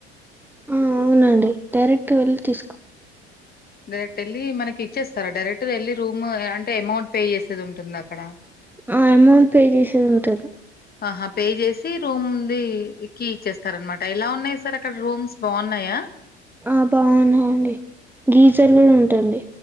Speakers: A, in the centre; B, on the left.
A: ఆ అవునండి డైరెక్ట్ వెళ్లిి తీసుకు
B: డైరెక్ట్ వెళ్ళి మనకి ఇచ్చేస్తారా డైరెక్ట్ వెళ్ళి రూమ్ అంటే అమౌంట్ పే చేసేది ఉంటుంది అక్కడ
A: ఆ అమౌంట్ పే చేసేది ఉంటది
B: ఆహా పే చేసి రూమ్ంది క ఇచ్చేస్తా అనమాట ఎలా ఉన్నాయి సార్ అక్కడ రూమ్స్ బాగున్నాయా
A: ఆ బాగున్నాయండి గీజర్ కూడా ఉంటుంది